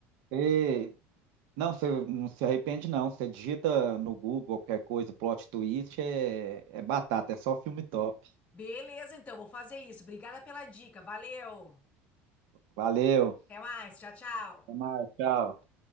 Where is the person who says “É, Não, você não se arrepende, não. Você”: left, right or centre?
Right